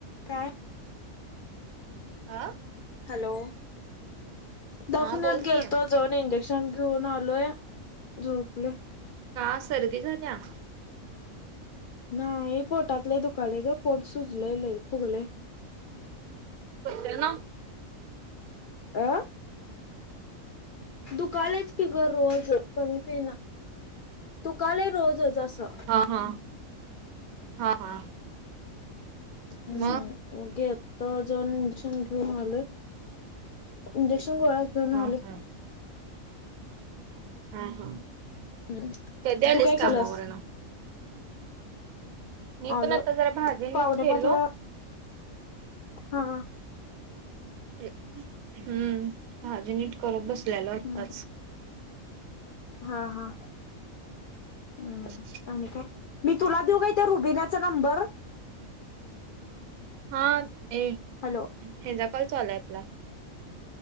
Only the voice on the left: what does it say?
काय?
हॅलो दवाखान्यात
गेलतो. जाऊन इंजेक्शन घेऊन आलोय झोपलोय.
नाही पोटात लय दुखायला ग पोट सुजलय लयी फुगलय.
आ.? दुखायलच ग की रोज कमीच येईना दुखायला रोजच असं.
हम्म
मग गे तो जाऊन इंजेक्शन घेऊन आलोय इंजेक्शन गोळ्या घेऊन
आलोय.
हम्म
तू काय केल्यास?
आलोय
पावणे
पाचला हा...
हम्म
हा हा. हम्म
आणि काय मी तुला देऊ का त्या रुबिनचा नंबर?
हॅलो...